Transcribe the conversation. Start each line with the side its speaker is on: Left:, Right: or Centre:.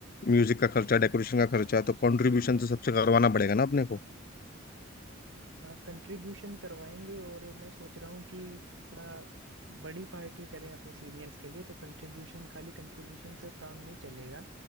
Left: म्यूजिक का खर्चा डेकोरेशन का खर्चा तो कंट्रीब्यूशन तो सबसे करवाना पड़ेगा ना अपने को
Right: आप कंट्रीब्यूशन करवाएंगे और मैं सोच रहा हूँ कि थोड़ा बड़ी पार्टी करें अपने सीनियर्स के लिए तो कंट्रीब्यूशन खाली कंट्रीब्यूशन से काम नहीं चलेगा